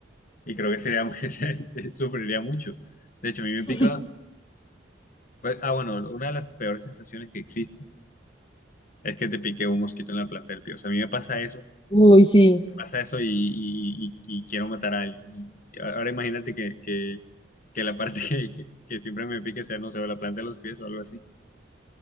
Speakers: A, on the left; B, on the left.
A: Y creo que sería, muy- <laughs> sufriría mucho. De hecho, a mí me
B: <laughs>
A: pica, pues, ah, bueno, una de las peores sensaciones que existen es que te pique un mosquito en la planta del pie. O sea, a mí me pasa eso
B: Uy, sí.
A: pasa eso y, y- y- y quiero matar a alguien. Y ahora imagínate que, que, que la parte que, que siempre me pique sea, no sé, o la planta de los pies o algo así.